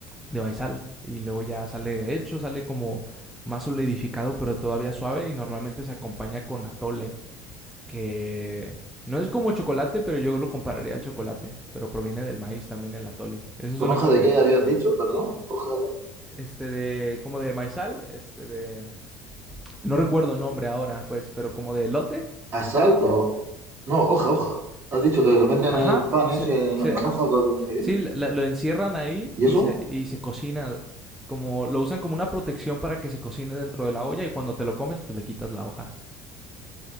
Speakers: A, in the centre; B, on the right (about 40°).
A: de maizal. Y luego ya sale hecho, sale como más solidificado, pero todavía suave. Y normalmente se acompaña con atole, que no es como chocolate, pero yo lo compararía al chocolate. Pero proviene del maíz también el atole. Eso es
B: ¿Con
A: una.
B: hoja
A: co-
B: de
A: eh,
B: qué habías dicho? Perdón, hoja
A: Este de. Como de maizal, este de. No recuerdo el nombre ahora, pues, pero como de elote.
B: ¿A sal o...? No, hoja, hoja. Has dicho que venden
A: Ajá.
B: el pan
A: Se,
B: ese en,
A: se,
B: en hoja con no sé qué.
A: sí, la- lo encierran ahí
B: ¿Y
A: y
B: eso?
A: se, y se cocina como lo usan como una protección para que se cocine dentro de la olla y cuando te lo comes pues le quitas la hoja.